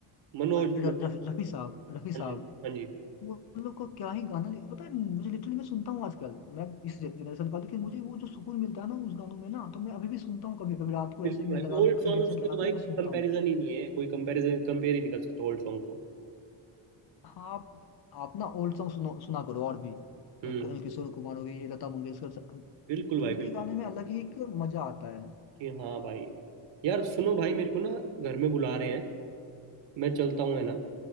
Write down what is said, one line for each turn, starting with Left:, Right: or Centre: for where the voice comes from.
Right: मनोज
Left: और र-
Right: मनोज
Left: रफी रफी साहब रफी साहब
Right: हाँ जी हाँ जी
Left: वो उन लोग का क्या ही गाना लि- पता है मुझे लिटरली मैं सुनता हूँ आजकल मैं इस जनरेशन का हूं, लेकिन मुझे वो जो सुकून मिलता है ना उस गानों में ना तो मैं अभी भी सुनता हूँ कभी कभी रात को
Right: बिल्कुल
Left: ऐसे
Right: भाई
Left: में लगा
Right: ओल्ड सॉन्ग्स
Left: के हेडसेट लगा
Right: के तो भाई
Left: के
Right: कंपैरिजन
Left: मैं सुनता हूँ
Right: ही नहीं है कोई कंपैरिजन कंपेयर ही नहीं कर सकता ओल्ड सॉन्ग को
Left: हाँ आप आप ना ओल्ड सॉन्ग सुनो सुना करो और भी
Right: हम्म
Left: लाइक किशोर कुमार हो गए ये लता मंगेशकर स-
Right: बिल्कुल
Left: तो
Right: भाई
Left: इनके
Right: बिल्कुल
Left: गाने में अलग ही एक मजा आता है
Right: कि हाँ भाई यार सुनो भाई मेरे को ना घर में बुला रहे हैं मैं चलता हूँ है ना